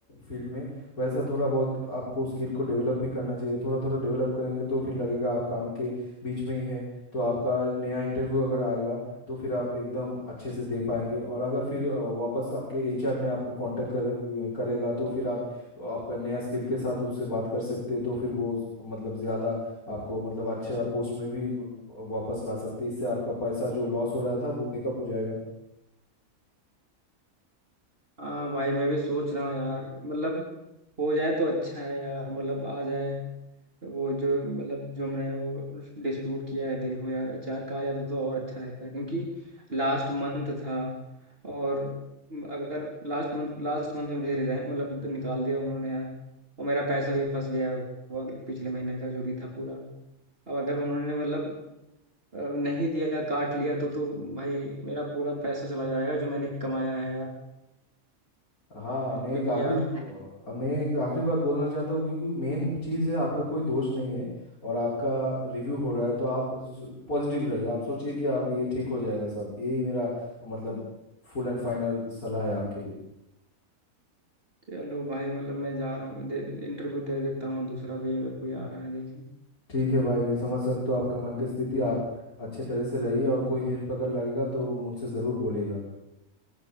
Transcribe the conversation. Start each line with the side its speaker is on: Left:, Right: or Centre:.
Left: फील्ड में वैसा थोड़ा बहुत आपको स्किल को डेवलप भी करना चाहिए थोड़ा थोड़ा डेवलप करेंगे तो फिर लगेगा आप काम के बीच में ही है तो आपका नया इंटरव्यू अगर आएगा तो फिर आप एकदम अच्छे से दे पाएंगे और अगर फिर अ, वापस आपके एचआर ने आपको कांटेक्ट कर, करेगा तो फिर आप आपका नया स्किल के साथ उससे बात कर सकते तो फिर वो मतलब ज़्यादा आपको मतलब अच्छा पोस्ट में भी वापस ला सकती है इससे आपका पैसा जो लॉस हो रहा था वो मेकअप हो जाएगा
Right: हाँ भाई मैं भी सोच रहा हूँ यार मतलब हो जाए तो अच्छा है यार मतलब आ जाए वो जो मतलब जो हमने वो डिस्प्यूट किया है देखो यार अचार का आ जाता तो और अच्छा रहता है क्योंकि लास्ट मंथ था और अगर लास्ट मंथ लास्ट मंथ में मुझे रिजाइन मतलब निकाल दिया उन्होंने यार और मेरा पैसा भी फंस गया है वो पिछले महीने का जो भी था पूरा अब अगर उन्होंने मतलब अ, नहीं दिया काट लिया तो तो भाई मेरा पूरा पैसा चला जाएगा जो मैंने कमाया है यार
Left: हाँ मैं
Right: क्योंकि
Left: एक आखिरी
Right: यार
Left: मैं एक आखिरी बात बोलना चाहता हूँ क्योंकि मेन चीज़ है आपका कोई दोष नहीं है और आपका रिव्यू हो रहा है तो आप पॉजिटिव रहिए आप सोचिए कि आप ये ठीक हो जाएगा सब यही मेरा मतलब फुल एंड फाइनल सलाह है आपके लिए
Right: चलो भाई मतलब मैं जा रहा हूँ दे इंटरव्यू दे देता हूँ दूसरा भी अगर कोई आ रहा है देखें
Left: ठीक है भाई मैं समझ सकता हूँ आपका मन की स्थिति आप अच्छे तरह से रहिए और कोई हेल्प अगर लगेगा तो मुझसे ज़रूर बोलिएगा